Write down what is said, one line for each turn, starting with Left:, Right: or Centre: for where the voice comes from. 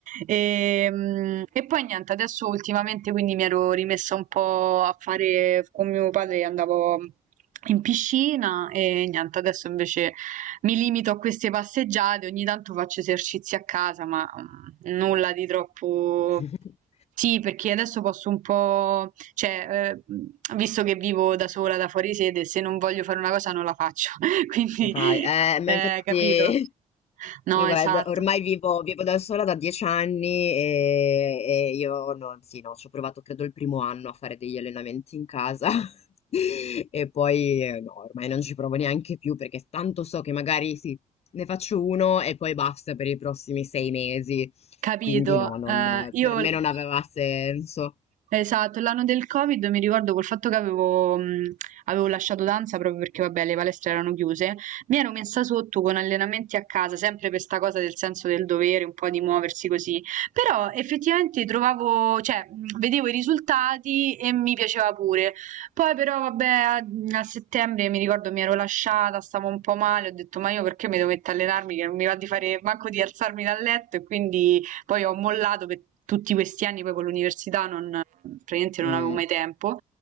Right: Ehm, e, poi niente, adesso ultimamente quindi mi ero rimessa un po' a fare con mio padre, andavo in piscina e niente, adesso invece mi limito a queste passeggiate, ogni tanto faccio esercizi a casa, ma mm, Nulla di troppo
Left: <laughs>
Right: sì, perché adesso posso un po' cioè, ehm, visto che vivo da sola, da fuori sede, se non voglio fare una cosa non la faccio, <laughs> quindi,
Left: Ne fai. Eh, ma
Right: eh,
Left: infatti
Right: capito? No,
Left: io guarda,
Right: esatto,
Left: ormai vivo, vivo da sola da dieci anni e, e io non, sì, no, ci ho provato credo il primo anno a fare degli allenamenti in casa <laughs> e poi eh, no, ormai non ci provo neanche più perché tanto so che magari sì, ne faccio uno e poi basta per i prossimi sei mesi.
Right: capito.
Left: Quindi no, non-
Right: Eh, io
Left: per me non aveva senso.
Right: Esatto, l'anno del Covid mi ricordo col fatto che avevo, mh, avevo lasciato danza proprio perché, vabbè, le palestre erano chiuse. Mi ero messa sotto con allenamenti a casa, sempre per sta cosa del senso del dovere, un po' di muoversi così. Però effettivamente trovavo, cioè, mh, vedevo i risultati e mi piaceva pure. Poi però, vabbè, a, a settembre mi ricordo mi ero lasciata, stavo un po' male, ho detto, ma io perché mi dovete allenarmi che non mi va di fare manco di alzarmi dal letto e quindi poi ho mollato per tutti questi anni, poi con l'università non praticamente non
Left: Mm,
Right: avevo mai tempo.